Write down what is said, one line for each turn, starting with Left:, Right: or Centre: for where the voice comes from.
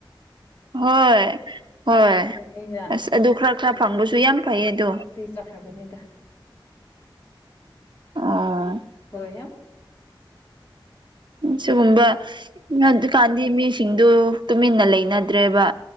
Right: ꯍꯣꯏ ꯍꯣꯏ
Left: ꯑꯗꯣ ꯑꯩꯅ
Right: ꯑꯁ ꯑꯗꯨ ꯈꯔ ꯈꯔ ꯐꯪꯕꯁꯨ ꯌꯥꯝ ꯐꯩꯌꯦ ꯑꯗꯣ
Left: ꯇꯇꯩ ꯆꯀ꯭ꯔꯕꯨꯗ
Right: ꯑꯣ
Left: ꯍ ꯌꯥꯝ
Right: ꯁꯤꯒꯨꯝꯕ ꯍꯧꯖꯤꯀꯥꯟꯗꯤ ꯃꯤꯁꯤꯡꯗꯨ ꯇꯨꯃꯤꯟꯅ ꯂꯩꯅꯗ꯭ꯔꯦꯕ